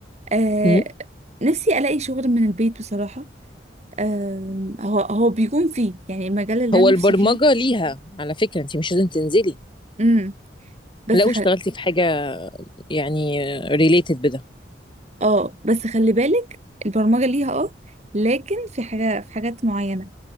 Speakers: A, on the right; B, on the left.
A: آه
B: مم.
A: نفسي الاقي شغل من البيت بصراحة آه هو هو بيكون فيه يعني المجال اللي
B: هو
A: انا
B: البرمجة
A: نفسي فيه
B: ليها على فكرة انت مش لازم تنزلي
A: امم بس
B: لو
A: خل...
B: اشتغلتي في حاجة يعني ريليتد بده
A: اه بس خلي بالك البرمجة ليها اه لكن في حاجة في حاجات معينة